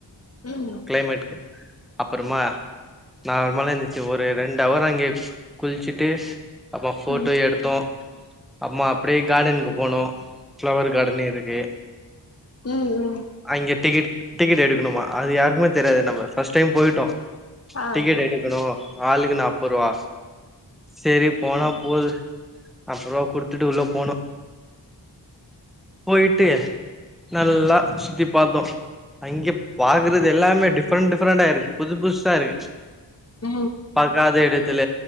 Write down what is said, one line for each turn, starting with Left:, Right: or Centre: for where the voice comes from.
Left: ம்
Centre: கிளைமட்டுக்கு அப்பறமா நார்மலா இருந்துச்சு ஒரு ரெண்டு அவர் அங்கே குளிச்சுட்டு அப்பமா ஃபோட்டோ
Left: ம்
Centre: எடுத்தோ அப்பமா அப்டியே கார்டனுக்கு போனோ ஃப்ளவர் கார்டன் இருக்கு
Left: ம் ம்
Centre: அங்க டிக்கெ டிக்கெட் எடுக்குனுமா அது யாருக்மே தெரியாது நம்ம ஃபர்ஸ்ட் டைம் போயிட்டு டோ
Left: ஆ
Centre: டிக்கெட் எடுக்கணும் ஆளுக்கு நாப்பருவா சரி போனா போது நாப்பருவா குடுத்துட்டு உள்ள போனோ போயிட்டு நல்லா சுத்தி பாத்தோ அங்க பாக்குறது எல்லாமே டிஃப்ரெண்ட் டிஃப்ரெண்ட்டா இருக்கு புது புதுசா இருக்கு
Left: ஓ
Centre: பாக்காத இடத்துல